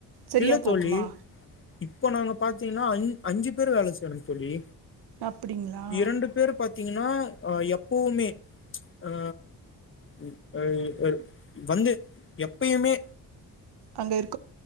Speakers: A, on the right; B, on the left.
A: சரியா
B: இல்ல
A: போகுமா
B: தோழி இப்ப நாங்க பாத் த்தீங்னா அஞ் அஞ்சி பேர் வேல செய்றோம் தோழி
A: அப்டிங்களா
B: இரண்டு பேர் பாத்தீங்கன்னா ஆஹ எப்பவுமே ஆ ஹ ஹ வந்து எப்பயுமே
A: அங்க இருக்